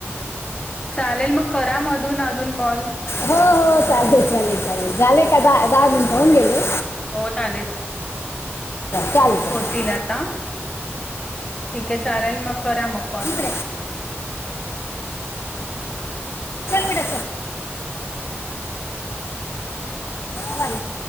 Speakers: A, on the left; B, on the left.
A: चालेल मग करा म अधून मधून कॉल....
B: हो हो चालेल चालेल चालेल झाले का दहा दहा मिनटं होऊन गेले....
A: होत आलेच....
B: चालेल चालेल
A: होतील आता ठीक आहे चालेल मग करा मग कॉल....
B: <unintelligible> आ सल विटा.... नाहील